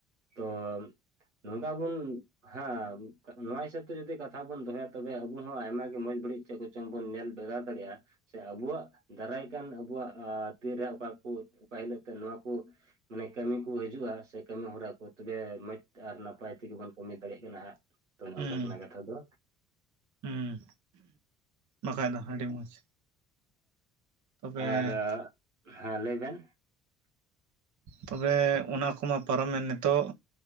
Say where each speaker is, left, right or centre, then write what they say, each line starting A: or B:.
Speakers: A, on the right; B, on the right.
A: ᱛᱚ ᱱᱚᱝᱠᱟ ᱵᱚᱱ ᱦᱟᱸ ᱱᱚᱣᱟ ᱦᱤᱥᱟᱹᱵᱽ ᱛᱮ ᱡᱩᱫᱤ ᱠᱟᱛᱷᱟ ᱵᱚᱱ ᱫᱚᱦᱚᱭᱟ ᱛᱚᱵᱮ ᱟᱵᱚ ᱦᱚᱸ ᱟᱭᱢᱟ ᱜᱮ ᱢᱚᱸᱡᱽ ᱵᱟᱹᱲᱤᱡ ᱪᱮᱫ ᱠᱚᱪᱚᱝ ᱵᱚᱱ ᱧᱮᱞ ᱵᱷᱮᱜᱟᱨ ᱫᱟᱲᱮᱭᱟᱜᱼᱟ ᱥᱮ ᱟᱵᱚᱣᱟᱜ ᱫᱟᱨᱟᱭ ᱠᱟᱱ ᱟᱵᱚᱣᱟᱜ ᱟᱸ ᱛᱤᱨᱮ ᱚᱠᱟ ᱠᱚ ᱚᱠᱟ ᱦᱤᱞᱳᱜ ᱛᱮ ᱱᱚᱣᱟ ᱠᱚ ᱢᱟᱱᱮ ᱠᱟᱹᱢᱤ ᱠᱚ ᱦᱤᱡᱩᱜᱼᱟ ᱥᱮ ᱠᱟᱹᱢᱤ ᱦᱚᱨᱟ ᱠᱚ ᱛᱚᱵᱮ ᱢᱚᱸᱡᱽ ᱛᱮ ᱟᱨ ᱱᱟᱯᱟᱭ ᱛᱮᱜᱮ ᱵᱚᱱ ᱠᱟᱹᱢᱤ ᱫᱟᱲᱮᱜ ᱠᱟᱱᱟ ᱦᱟᱸᱜ ᱛᱚ ᱱᱚᱝᱠᱟ
B: ᱩᱸ
A: ᱠᱟᱱᱟ ᱠᱟᱛᱷᱟ ᱫᱚ
B: ᱩᱸ ᱵᱟᱠᱷᱟᱡ ᱫᱚ ᱟᱹᱰᱤ ᱢᱚᱸᱡᱽ ᱛᱚᱵᱮ
A: ᱟᱨ ᱦᱮᱸ ᱞᱟᱹᱭ ᱵᱮᱱ
B: ᱛᱚᱵᱮ ᱚᱱᱟ ᱠᱚᱢᱟ ᱯᱟᱨᱚᱢᱮᱱ ᱱᱤᱛᱚᱜ